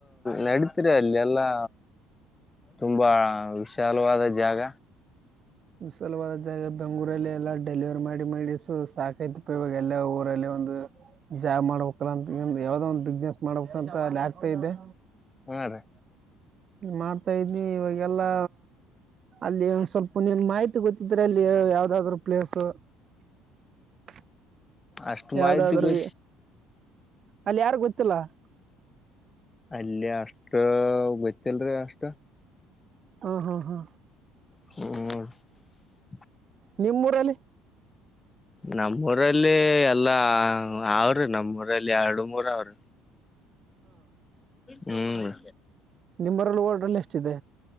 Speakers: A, on the left; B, on the right.
A: ನಡತಿರಿ ಅಲ್ಲಿ ಎಲ್ಲಾ. ತುಂಬಾ ವಿಶಾಲವಾದ ಜಾಗ.
B: ವಿಶಲವಾದ ಜಾಗ ಬೆಂಗೂರಲ್ಲಿ ಎಲ್ಲ ಡೆಲಿವರ್. ಮಾಡಿ ಮಾಡ ಸು ಸಾಕೈತಿಪ್ಪ ಇವಾಗ ಎಲ್ಲಾ ಊರಲ್ಲಿ ಒಂದು. ಜಾಬ್ ಮಾಡ್ಬೇಕಲ್ಲ ಅಂತ ಯಾವ್ದೋ ಒಂದ್ ಬಿಸ್ನೆಸ್ ಮಾಡ್ಬೇಕಂತ ಅಲ್ಲಿ ಆಗ್ತಾ ಇದೆ.
A: ಹಾರ ರೀ.
B: ಮಾಡ್ತಾ ಇದಿದ್ನಿ ಇವಾಗೆಲ್ಲಾ. ಅಲ್ಲಿ ಸ್ವಲ್ಪ ನೀನ್ ಮಾಹಿತಿ ಗೊತ್ತಿದ್ರೆ ಅಲ್ಲಿ ಯಾವ್ದಾದ್ರರು ಪ್ಲೇಸ್. <inaudible> <unintelligible>
A: ಅಷ್ಟು
B: ಯಾವ್ದಾದ್ರು
A: ಮಾಹಿತಿ ಗೊ.
B: ಅಲ್ಲಿ ಯಾರ್ಗ್ ಗೊತ್ತಿಲ್ಲ.
A: ಅಲ್ಲಿ ಅಷ್ಟ ಗೊತ್ತಲ್ರಿ ಅಷ್ಟ.
B: ಹ್ಮ ಹಾ ಹಾ.
A: ಹ.
B: ನಿಮ್ಮೂರಲ್ಲಿ.
A: ನಮ್ಮೂಊರಲ್ಲಿ ಎಲ್ಲಾ ಅವ್ರ ನಮ್ಮೂರಲ್ಲಿ ಎರಡು ಮೂರ ಅವ್ರ.
B: ಹ. <inaudible>
A: ಹ್ಮ್.
B: ನಿಮ್ಮೂರಲ್ಲಿ ಹೋಟ್ಲ್ ಎಷ್ಟಿದೆ